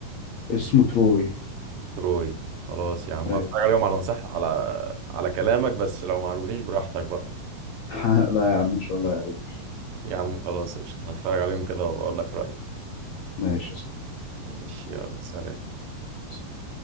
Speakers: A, on the left; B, on the right.
A: اسمه تروي
B: تروي خلاص يا عم
A: أيوة.
B: هتفرج عليهم على مساح على على كلامك بس لو ما عجبنيش براحتك بقى
A: <laughs> لا يا عم إن شاء الله يعجبك
B: يا عم خلاص قشطة هتفرج عليهم كده وبقول لك رأيي
A: ماشي يا
B: ماشي يلا سلام
A: صاحبي